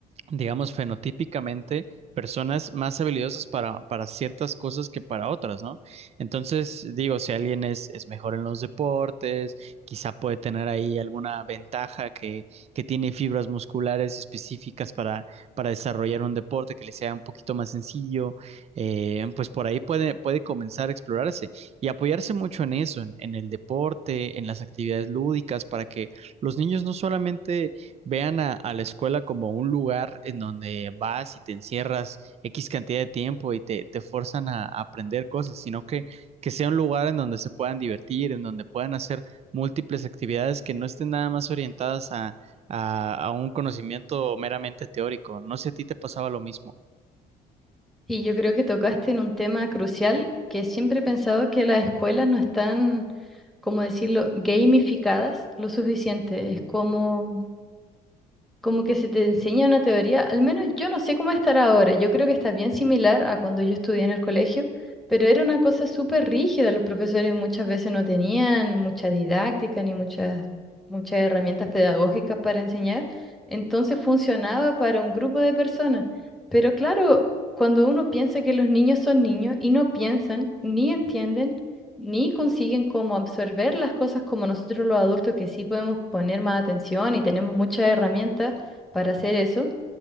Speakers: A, on the right; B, in the centre.
A: digamos, fenotípicamente personas más habilidosas para, para ciertas cosas que para otras, ¿no? Entonces, digo, si alguien es, es mejor en los deportes, quizá puede tener ahí alguna ventaja que, que tiene fibras musculares específicas para, para desarrollar un deporte que le sea un poquito más sencillo, eh, pues por ahí puede, puede comenzar a explorarse y apoyarse mucho en eso, en, en el deporte, en las actividades lúdicas, para que los niños no solamente vean a, a la escuela como un lugar en donde vas y te encierras X cantidad de tiempo y te, te forzan a, a aprender cosas, sino que, que sea un lugar en donde se puedan divertir, en donde puedan hacer múltiples actividades que no estén nada más orientadas a, a, a un conocimiento meramente teórico. No sé si a ti te pasaba lo mismo.
B: Y yo creo que tocaste en un tema crucial que siempre he pensado que las escuelas no están, como decirlo, gamificadas lo suficiente. Es como como que se te enseña una teoría, al menos yo no sé cómo estará ahora, yo creo que está bien similar a cuando yo estudié en el colegio, pero era una cosa súper rígida, los profesores muchas veces no tenían mucha didáctica ni muchas, muchas herramientas pedagógicas para enseñar, entonces funcionaba para un grupo de personas, pero claro, cuando uno piensa que los niños son niños y no piensan ni entienden, ni consiguen como absorber las cosas como nosotros los adultos que sí podemos poner más atención y tenemos muchas herramientas, para hacer eso,